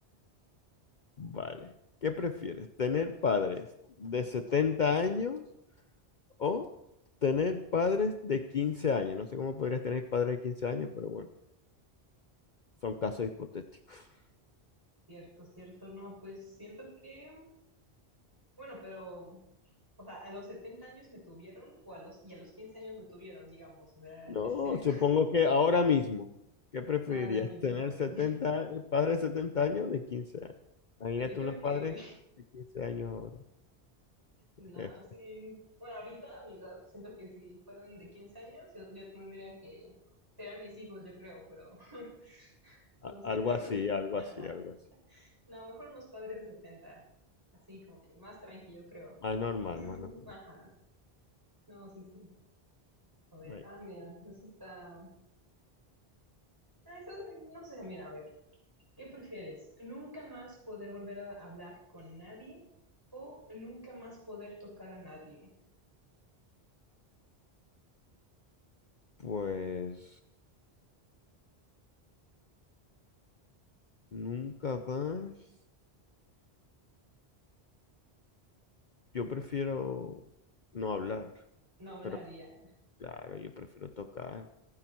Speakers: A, on the left; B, on the right.
A: Vale, ¿qué prefieres? ¿Tener padres de 70 años? O tener padres de 15 años. No sé cómo podrías tener padres de 15 años, pero bueno, son casos hipotéticos. <laughs>
B: Cierto, cierto, no, pues siento que, bueno, pero, o sea, a los 70 años me tuvieron, o a los, y a los 15 años me tuvieron, digamos, o sea,
A: No,
B: es cerca
A: supongo que ahora mismo,
B: <laughs>
A: ¿qué preferirías?
B: ahora mismo.
A: ¿Tener setenta a- padres de 70 años o de quince años? Imagínate
B: Yo creo
A: unos
B: que,
A: padres de 15 años ahora.
B: <laughs> no,
A: <laughs>
B: sí, bueno, ahorita a mi edad, siento que si fueran de 15 años, yo, yo tendría que, serían mis hijos, yo creo, pero, <laughs> entonces,
A: A- Algo así,
B: <laughs>
A: algo así, algo así.
B: No, mejor unos padres de setenta, Así como que más tranquilo, creo.
A: Más normal,
B: <laughs>
A: más normal.
B: Ajá. No, sí, sí. A ver,
A: Right.
B: ah, mira, eso está. Ah, eso, no sé, mira, a ver. ¿Qué prefieres? ¿Nunca más poder volver a hablar con nadie o nunca más poder tocar a nadie?
A: Pues nunca más. Yo prefiero no hablar,
B: No hablaría.
A: pero claro, yo prefiero tocar.